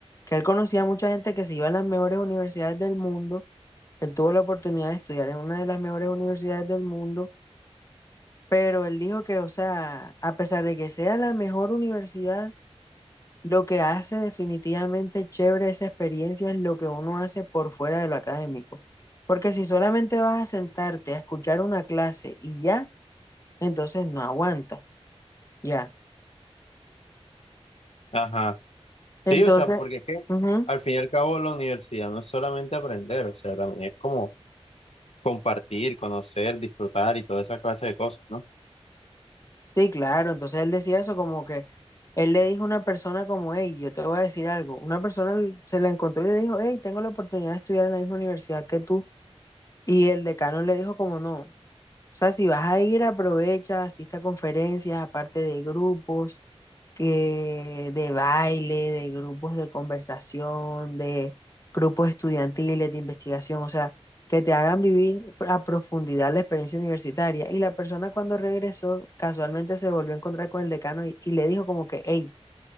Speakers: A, on the left (about 30°); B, on the left (about 70°).
A: que él conocía a mucha gente que se iba a las mejores universidades del mundo Él tuvo la oportunidad de estudiar en una de las mejores universidades del mundo, pero él dijo que, o sea, a pesar de que sea la mejor universidad, lo que hace definitivamente chévere esa experiencia es lo que uno hace por fuera de lo académico. Porque si solamente vas a sentarte a escuchar una clase y ya, entonces no aguanta, ya.
B: Ajá. Sí,
A: Entonces,
B: o sea, porque es que
A: ujú.
B: al fin y al cabo la universidad no es solamente aprender, o sea, también es como compartir, conocer, disfrutar y toda esa clase de cosas, ¿no?
A: Sí, claro. Entonces él decía eso como que él le dijo a una persona como, hey, yo te voy a decir algo. Una persona l- se la encontró y le dijo, hey, tengo la oportunidad de estudiar en la misma universidad que tú. Y el decano le dijo como, no. O sea, si vas a ir, aprovecha, asiste a conferencias, aparte de grupos, que de baile, de grupos de conversación, de grupos estudiantiles, de investigación, o sea, que te hagan vivir a profundidad la experiencia universitaria. Y la persona cuando regresó, casualmente se volvió a encontrar con el decano y, y le dijo como que, hey,